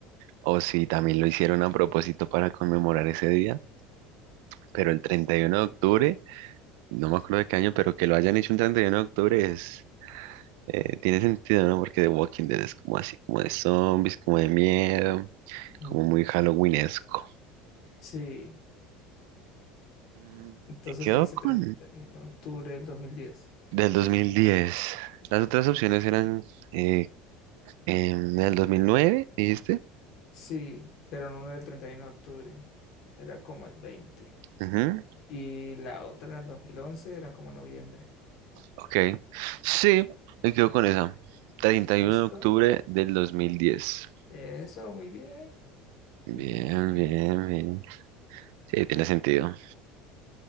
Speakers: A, on the right; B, on the left.
A: o si también lo hicieron a propósito para conmemorar ese día. Pero el 31 de octubre, no me acuerdo de qué año, pero que lo hayan hecho un 31 de octubre es Eh, tiene sentido, ¿no? Porque The Walking Dead es como así, como de zombies, como de miedo,
B: Mm.
A: como muy Halloweenesco.
B: Sí.
A: Mm,
B: Entonces
A: Me quedo
B: usted dice
A: con
B: treinta y uno de octubre del dos mil diez
A: del dos mil diez Las otras opciones eran eh, em, del 2009, dijiste.
B: Sí, pero no era el 31 de octubre. Era como el veinte
A: Ujú,
B: Y la otra, el 2011 era como noviembre.
A: Ok. Sí, me quedo con esa. treinta
B: ¿Listo?
A: y uno de octubre del dos mil diez
B: Eso, muy bien.
A: Bien,
B: Eh,
A: bien, bien. Sí, tiene sentido.